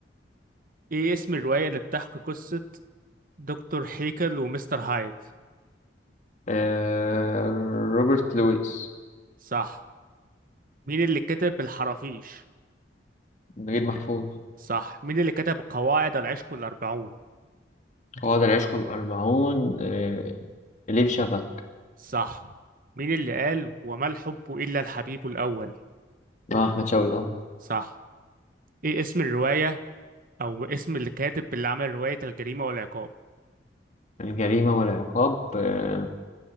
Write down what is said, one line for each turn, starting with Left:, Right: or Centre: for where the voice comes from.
Right: ايه اسم الرواية اللي بتحكي قصة دكتور هيكل ومستر هايد
Left: آه روبرت لويس
Right: صح مين اللي كتب الحرافيش
Left: نجيب محفوظ
Right: صح مين اللي كتب قواعد العشق الأربعون
Left: قواعد العشق الأربعون آه إليف شفق
Right: صح مين اللي قال وما الحب إلا الحبيب الأول
Left: آه أحمد شوقي طبعا
Right: صح ايه اسم الرواية او اسم اللي كاتب اللي عمل رواية الجريمة والعقاب
Left: الجريمة والعقاب آه